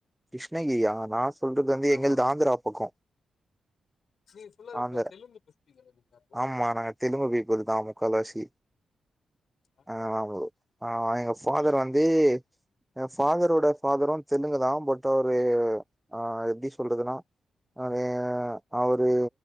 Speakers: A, in the centre; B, on the left.
A: கிருஷ்ணகிரியா நா சொல்றது வந்து
B: ஆமா
A: எங்கள்து ஆந்ரா பக்கோ
B: நீங் ஃபுல்லாவே
A: ஆந்திர
B: ப தெலுங்கு பேசுவீங்கள நீங் அப்போ
A: ஆமா நாங்க தெலுங்கு பீப்புல் தா முக்காவாசி
B: ஆந்திரா
A: ஆமா
B: தெலுங்கு
A: ப்ரோ ஆமா எங்க ஃபாதர் வந்து எங்க ஃபாதரோட ஃபாதரு தெலுங்குதா பட் அவுரு ஆ எப்டி சொல்றதுனா அவெ அவுரு